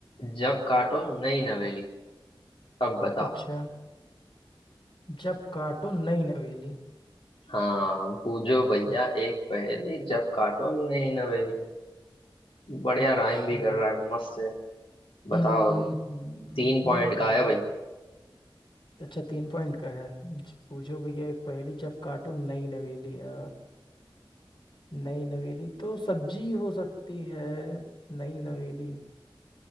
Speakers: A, on the left; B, on the left.
A: जब काटो नई नवेली अब बताओ
B: अच्छा जब काटो नई नवेली
A: हाँ पूछो भैया एक पहेली जब काटो नहीं नवेली बढ़िया
B: अच्छा
A: राइम भी कर रहा है मस्त है बताओ
B: हम्म
A: अभी
B: हम्म
A: तीन
B: हम्म,
A: पॉइंट का
B: हम्म,
A: है भाई
B: अच्छा तीन पॉइंट का है ज- पूछो भैया एक पहेली जब काटो नई नवेली अ, नई नवेली तो सब्जी हो सकती है नई नवेली